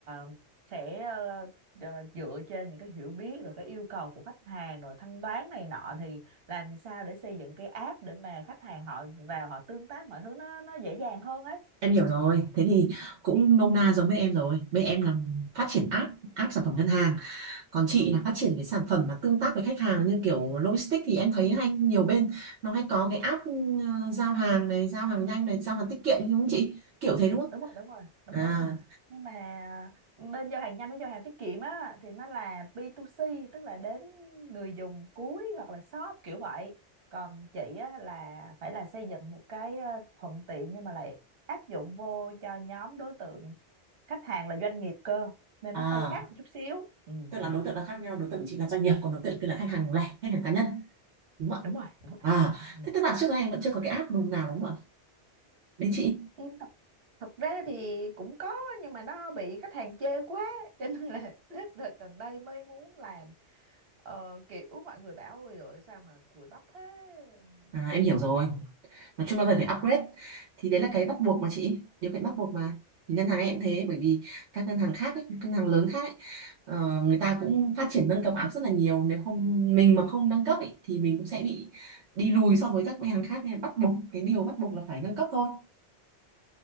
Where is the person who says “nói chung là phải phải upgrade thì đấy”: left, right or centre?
Right